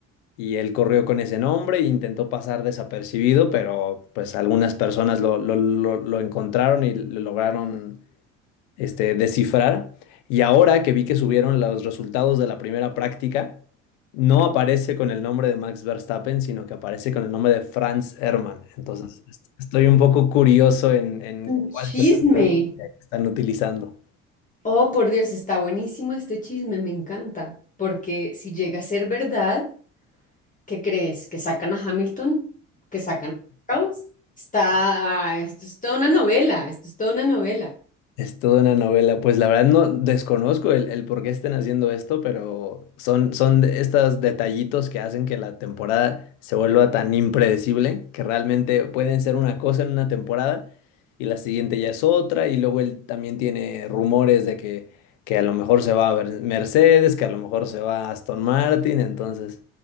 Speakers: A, on the left; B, on the left.
A: Y él corrió con ese nombre e intentó pasar desapercibido, pero pues algunas personas lo, lo, lo, lo encontraron y lo lograron este, descifrar. Y ahora que vi que subieron los resultados de la primera práctica, no aparece con el nombre de Max Verstappen, sino que aparece con el nombre de Franz Hermann. Entonces, est- estoy un poco curioso en, en
B: Un chisme.
A: cuál es esta estrategia que están utilizando.
B: Oh, por Dios, está buenísimo este chisme, me encanta. Porque si llega a ser verdad, ¿qué crees? ¿Que sacan a Hamilton? ¿Que sacan a Rose? Está, ah, esto es toda una novela, esto es toda una novela.
A: Es toda una novela. Pues la verdad no desconozco el, el por qué estén haciendo esto, pero son, son de estos detallitos que hacen que la temporada se vuelva tan impredecible, que realmente pueden ser una cosa en una temporada y la siguiente ya es otra, y luego él también tiene rumores de que, que a lo mejor se va a ver Mercedes, que a lo mejor se va a Aston Martin, entonces